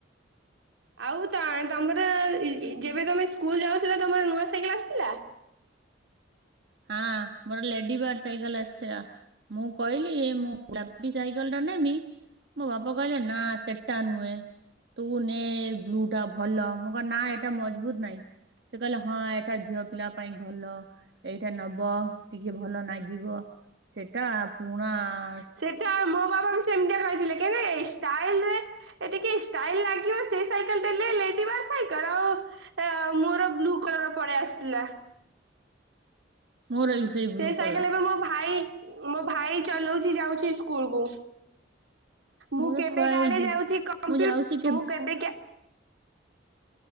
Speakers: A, on the right (about 80°); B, on the right (about 60°).
A: ଆଉ ତ ତମର ଯେବେ ତମେ ସ୍କୁଲ ଯାଉଥିଲ ତମର ନୂଆ ସାଇକେଲ ଆସିଥିଲା।
B: ହଁ ମୋର ଲେଡିବାର୍ ସାଇକଲ ଆସିଥିଲା ମୁଁ କହିଲି ମୁଁ କଲ ଟା ନେବି ମୋ ବାପା କହିଲେ ନା ସେଟା ନୁହେଁ ତୁ ନେ ବ୍ଲୁ ଟା ଭଲ ମୁଁ କ ନା ଏଟା ମଜବୁତ ନାଇଁ ସେ କହିଲେ ହଁ ଏ ଟା ଝିଅ ପିଲା ପାଇଁ ଭଲ। ଏଇଟା ନବ ଟିକେ ଭଲ ନାଗିବ ସେଟା ପୁଣା-ଆ-ଆ-ଆ
A: ସେଟା ମୋ ବାପା ବୋଉ ସେମତିଆ କହିଥିଲେ କେବେ ଷ୍ଟାଇଲରେ ଏ ଟିକେ ଷ୍ଟାଇଲ ଲାଗିବ ସେ ସାଇକେଲ ଟା ନେଲେ ଲେଡିବାର୍ ସାଇକେଲ ଆଉ-ଉ-ଉ-ଉ ଏ ଆ ମୋର ବ୍ଲୁ କଲରର ପଳେଇ ଆସିଥିଲା।
B: ମୋର ବି ସେଇ
A: ସେ
B: ବ୍ଲୁ
A: ସାଇକେଲ
B: କଲର
A: ଏବେ ମୋ ଭାଇ ମୋ ଭାଇ ଚଲଉଚି ଯାଉଛି ସ୍କୁଲକୁ। ମୁଁ
B: ମୋର
A: କେବେ
B: ଥୁଆ
A: କାଡେ
B: ହେଇଛି
A: ଯାଉଚି କମ୍ପ୍ୟୁ
B: ମୁଁ ଯାଉଛି
A: ମୁଁ କେବେ କା